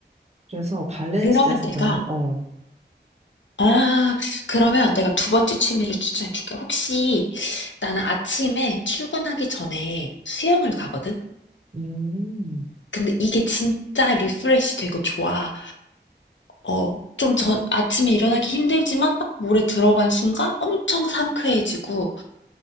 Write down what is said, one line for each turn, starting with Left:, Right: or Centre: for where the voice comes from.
Right: 그래서 발레는
Left: 그러면
Right: 진짜
Left: 내가
Right: 나는, 어,
Left: 아 그러면 내가 두 번째 취미를 추천해 줄게. 혹시 나는 아침에 출근하기 전에 수영을 가거든.
Right: 음.
Left: 근데 이게 진짜 리프레시 되고 좋아. 어, 좀 저, 아침에 일어나기 힘들지만 딱 물에 들어간 순간 엄청 상쾌해지고